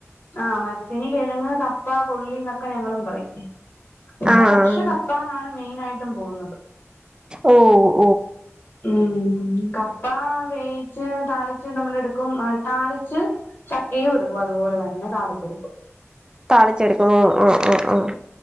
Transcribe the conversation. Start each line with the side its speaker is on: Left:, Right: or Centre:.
Left: ആ മരച്ചിനി കിഴങ്ങ് കപ്പ കൊള്ളി ന്നൊക്കെ ഞങ്ങളും പറയും ഇവിടെ
Right: ആഹ്
Left: പക്ഷെ കപ്പ എന്നാണ് മെയിനായ് ട്ടും പോവുന്നത്
Right: ഓ ഓ
Left: മ്മ് കപ്പ വേവിച്ച് താളിച്ച് നമ്മള് എട്ക്കും താളിച്ച് ചക്കയും എടുക്കും അതുപോലെ തന്നെ താളിച്ചെട്ക്കും
Right: താളിച്ചെടുക്കുവോ ഒ ഒ ഓ